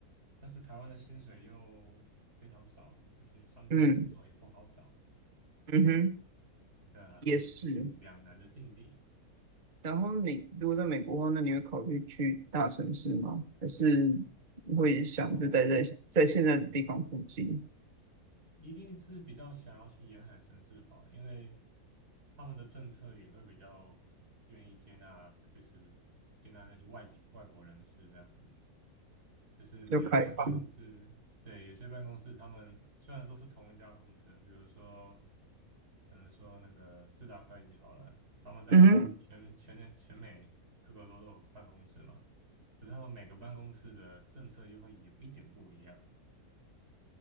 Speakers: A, on the right; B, on the right.
A: 但是台湾的薪水又非常少，而且上课的工作也不好找，
B: 嗯嗯哼，
A: 对啊，所以有一点两难的境地。
B: 也是。然后你如果在美国的话，那你会考虑去大城市吗？还是会想就待在在现在的地方附近，
A: 哦，一定是比较想要去沿海城市跑，因为他们的政策也会比较愿意接纳，就是接纳那些外籍外国人士这样子。就是有些办公室，
B: 就开放？
A: 对，有些办公室他们虽然都是同一家公司啊，比如说，可能说那个四大会计好了，他们在全全全全美各个都有办公室嘛，
B: 嗯哼，
A: 可是他们每个办公室的政策又会有一点不一样，